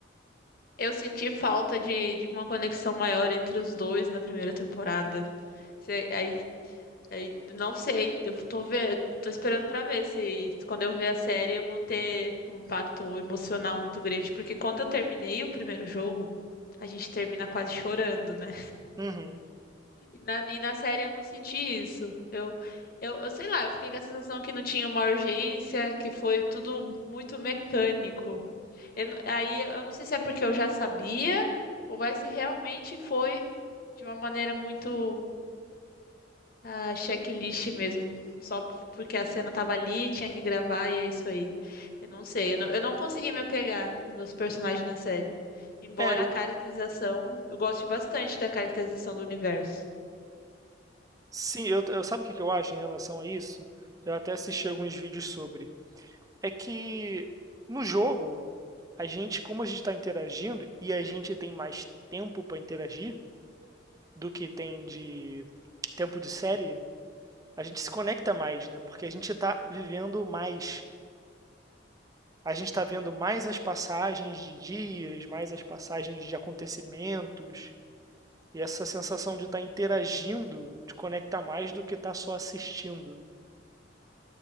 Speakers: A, on the left (about 50°); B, on the right (about 20°).
A: Eu senti falta de, de uma conexão maior entre os dois na primeira temporada. Se- Aí, aí, não sei, eu tô ver, tô esperando pra ver se, se quando eu ver a série eu vou ter um impacto emocional muito grande, porque quando eu terminei o primeiro jogo, a gente termina quase chorando, né?
B: Uhum.
A: E na, e na série eu não senti isso. Eu, eu, eu sei lá, eu fiquei com a sensação que não tinha uma urgência, que foi tudo muito mecânico. Eu não- aí eu não sei se é porque eu já sabia ou é se realmente foi de uma maneira muito ah, checklist mesmo. Só p- porque a cena tava ali, tinha que gravar e é isso aí. Eu não sei, eu não, eu não consegui me apegar nos personagens na série. Embora
B: É, eu,
A: a caracterização, eu goste bastante da caracterização do universo.
B: sim, eu, eu- sabe o que que eu acho em relação a isso? Eu até assisti alguns vídeos sobre. é que no jogo, a gente, como a gente está interagindo e a gente tem mais tempo para interagir do que tem de tempo de série, a gente se conecta mais, né? Porque a gente está vivendo mais. A gente está vendo mais as passagens de dias, mais as passagens de acontecimentos. E essa sensação de estar tá interagindo te conecta mais do que estar tá só assistindo.